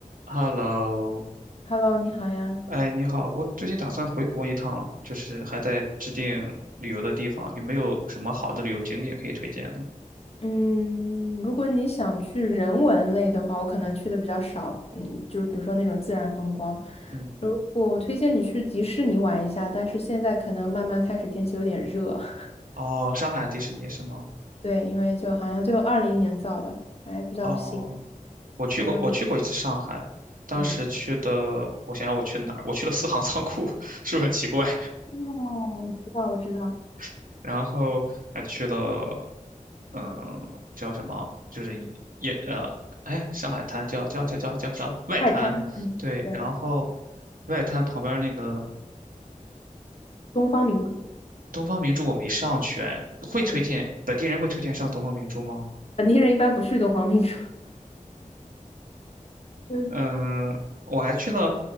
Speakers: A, on the right (about 85°); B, on the left (about 45°).
A: Hello，
B: Hello，你好呀。
A: 哎，你好，我最近打算回国一趟，就是还在制定旅游的地方，有没有什么好的旅游景点可以推荐呢？
B: 嗯，如果你想去人文类的话，我可能去的比较少。嗯，就是比如说那种自然风光。
A: 嗯，
B: 如果我推荐你去迪士尼玩一下，但是现在可能慢慢开始天气有点热。<laughs>
A: 哦，上海迪士尼是吗？
B: 对，因为就好像就二零年造的，还比较新。
A: 哦，我去过，
B: 然后，
A: 我去过一次上海，当时去的，
B: 嗯，
A: 我想想我去了哪儿？我去了四行仓库，<laughs> 是不是很奇怪？
B: 哦，我知道我知道，
A: <laughs> 然后还去了，嗯、叫什么？就是一也呃，哎，上海滩叫叫叫叫叫叫外滩，
B: 外滩，嗯，
A: 对，
B: 对，
A: 然后外滩旁边那个。
B: 东方明珠。
A: 东方明珠我没上去，会推荐本地人会推荐上东方明珠吗？
B: 嗯，本地人一般不去东方明珠。<laughs> 嗯，
A: 嗯，
B: 是
A: 我还去了，